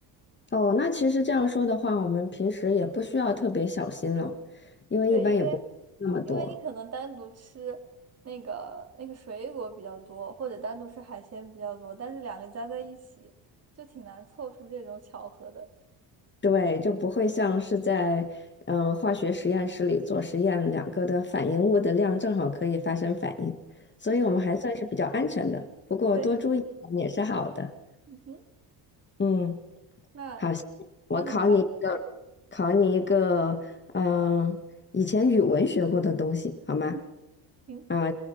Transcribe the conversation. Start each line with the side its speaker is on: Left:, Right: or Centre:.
Left: 哦，那其实这样说的话，我们平时也不需要特别小心了，因为一般也不那么多，
Right: 对，因为因为你可能单独吃那个那个水果比较多，或者单独吃海鲜比较多，但是两个加在一起就挺难凑出这种巧合的。
Left: 对，就不会像是在嗯、呃化学实验室里做实验，两个的反应物的量正好可以发生反应，
Right: <laughs>
Left: 所以我们还算是比较安全的。
Right: 嗯哼
Left: 不过多注意也是好的。
Right: 对，嗯哼，
Left: 嗯，
Right: 那
Left: 好，我考你一个，
Right: 那你来，<laughs>
Left: 考你一个，嗯、以前语文学过的东西，好吗？
Right: 嗯，行，
Left: 啊，